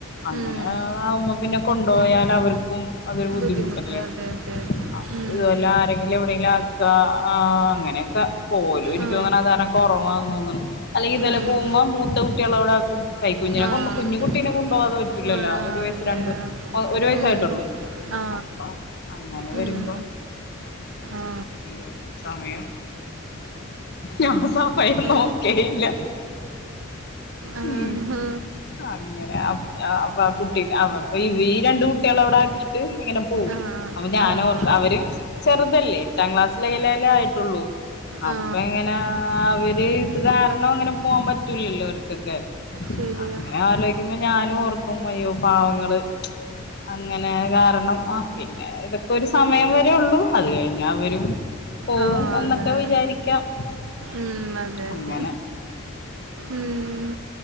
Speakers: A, on the left; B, on the right.
A: അങ്ങനെ
B: ഉം.
A: ആകുമ്പോ പിന്നെ കൊണ്ടോയാൽ അവർക്കും. അതൊരു ബുദ്ധിമുട്ടല്ലേ
B: ബുദ്ധിമുട്ട്. അതെ, അതെ, അതെ.
A: അപ്പൊത്പോലെ
B: ഉം.
A: ആരെങ്കിലും എവിടെങ്കിലും ആക് ആക്കാ അങ്ങനൊക്കെ പോവലാ എനിക്ക്
B: ആ.
A: തോന്ന്ണ് അങ്ങനെ കൊറവാ തോന്ന്ണ് അല്ലെങ്കിൽ ഇതോ
B: ഉം.
A: പോവുമ്മം മൂത്ത കുട്ട്യ അവ്ടാകും, കൈകുഞ്ഞിനെ
B: ആ,
A: കൊണ്ട് കുഞ്ഞു
B: അതെ.
A: കുട്ടീനെ കൊണ്ടോകാതെ പറ്റൂലല്ലോ
B: കൊഴ അതെ.
A: ഒരു വയസ് രണ്ട് ഒരു വയസായ്ട്ടൊള്ളൂ
B: ഉം. ആ.
A: അപ്പൊ അങ്ങനെ വരുമ്പോ.
B: ഉം. ആ.
A: അയ്യോ. സമയം, ഞാൻ സമയം
B: ആ.
A: നോക്കേയില്ല.
B: ആ.
A: ഉം. അങ്ങനെ അപ്പൊ ആ കുട്ടി അപ്പൊ ഈ രണ്ട് കുട്ടികളെ അവിടാക്കീട്ട് ഇങ്ങനെ പോകും.
B: ആ.
A: അപ്പൊ ഞാനോർക്ക
B: ആ. ആ.
A: അവര് ചെറുതല്ലേ എട്ടാം ക്ലാസ്സിലെലേലേ ആയിട്ടൊള്ളു. അപ്പൊ
B: ആ
A: ഇങ്ങനെ അവര് ഇത് കാരണം അങ്ങനെ. പോവാം പറ്റൂലല്ലോ അവർക്കൊക്കെ
B: ശരിയാ
A: അങ്ങനെ ആലോ കുമ്പോ ഞാനോർക്കും അയ്യോ പാവങ്ങള് അങ്ങനെ കാരണം ആഹ് പിന്നെ ഇതൊക്കെ ഒരു സമയം വരെള്ളു അത് കഴിഞ്ഞാവരും. പോവും
B: ആ
A: എന്നൊക്കെ
B: അതാണ്
A: വിചാരിക്കാം.
B: ഉം, അതെ
A: അങ്ങനെ
B: അതെ ഉം,